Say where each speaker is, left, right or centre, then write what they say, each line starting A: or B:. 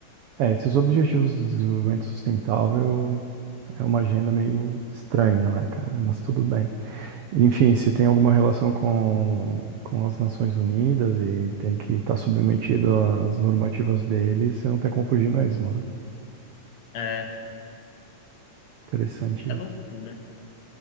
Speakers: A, on the right (about 85°); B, on the left (about 65°).
A: É, esses objetivos de desenvolvimento sustentável é uma agenda meio estranha, né, cara? Mas tudo bem. Enfim, se tem alguma relação com, com as Nações Unidas e tem que estar submetido às normativas deles, você não tem como fugir mesmo, né?
B: É,
A: Interessante
B: é loucura.
A: isso.